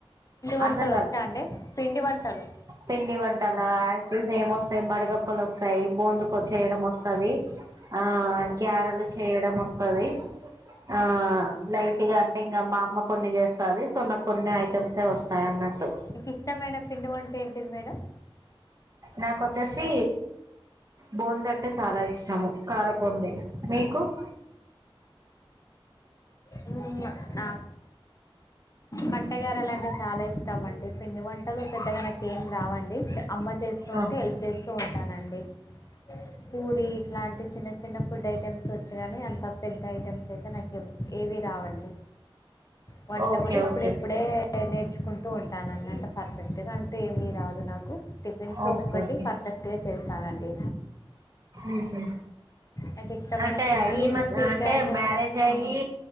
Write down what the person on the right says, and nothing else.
అర్ధం కాల
పిండి వంటాల యాజ్ ఇట్ ఈజ్ ఏమ్ వస్తాయి మడగప్పలు వస్తాయి వాయి బోందు చేయడం వస్తుంది ఆ గ్యారెలు చేయడం వస్తుది ఆ లైట్గా అంటే ఇంకా మా అమ్మ కొన్ని చేస్త వస్తుంది సో నాకు కొన్ని ఐటెమ్స్ ఏ వస్తాయి అన్నట్టు
నాకొచ్చేసి బూంది అంటే చాలా ఇష్టము కారం బూంది మీకు <inaudible>
ఉహు
ఓకే
ఓకే
ఓకే
ఓకే
ఉహు
అంటే
మధ్య
అంటే మ్యారేజ్ అయ్యి ఈ